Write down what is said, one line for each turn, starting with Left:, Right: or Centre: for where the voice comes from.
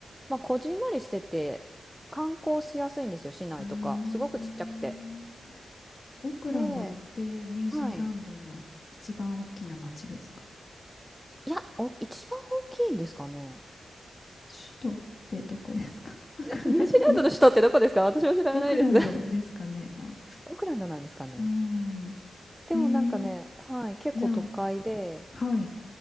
Centre: まあこじんまりしてて観光しやすいんですよ、市内とか。
Left: ーん。
Centre: すごくちっちゃくて。
Left: オークランドってニュージーランドの一番大きな町ですか
Centre: で、はい。いや、お、一番大きいんですかね。
Left: 首都ってどこですかオークランド、
Centre: えニュージーランドの首都ってどこですか私は知らないです。
Left: <laughs> オークランドですかね。あ、
Centre: <laughs> オークランドなんですかね。
Left: うん。
Centre: でもなんかね、
Left: えー、
Centre: はい、結構都会で、
Left: じゃあ、はい。